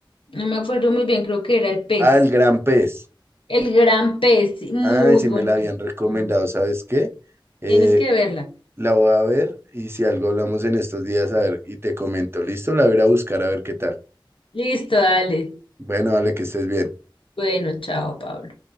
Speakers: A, on the left; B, on the right.
A: No me acuerdo muy bien, creo que era El Pez.
B: Ah, El Gran Pez.
A: El Gran Pez, sí, muy
B: Ay, si
A: bonito.
B: me la habían recomendado,
A: Ujú.
B: ¿sabes qué? Eh,
A: Tienes que verla.
B: la voy a ver y si algo hablamos en estos días, a ver, y te comento, ¿listo? La voy a ir a buscar a ver qué tal.
A: Listo, dale.
B: Bueno, dale, que estés bien.
A: Bueno, chao, Pablo.